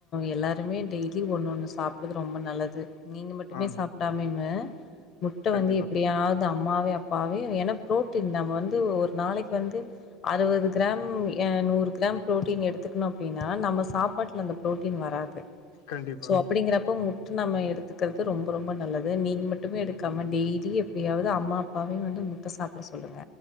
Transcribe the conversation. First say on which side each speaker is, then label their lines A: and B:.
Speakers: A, on the left; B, on the left.
A: எல்லாருமே டெய்லி ஒண்ணு ஒண்ணு சாப்ட்றது ரொம்ப நல்லது நீங்க மட்டுமே
B: ஆம்
A: சாப்டாமேமு முட்ட
B: கண்டிப்பா
A: வந்து எப்டியாத் அம்மாவே அப்பாவே ஏன்னா ப்ரோட்டின் நம்ம வந்து ஒரு நாளைக்கு வந்து அறுபது கிராம் ஏ நூறு கிராம் ப்ரோட்டீன் எடுத்துக்கணூ அப்டின்னா நம்ம சாப்பாட்ல அந்த ப்ரோட்டீன் வராது
B: கண்டிப்பாங்க
A: சோ அப்டிங்கிறப்ப முட்டு நம்ம எடுத்துக் இருக்கிறது ரொம்ப ரொம்ப நல்லது நீங்க மட்டுமே எடுக்காம டெய்லியூ எப்டியாது அம்மா அப்பாவையூ வந்து முட்ட சாப்பிட சொல்லுங்க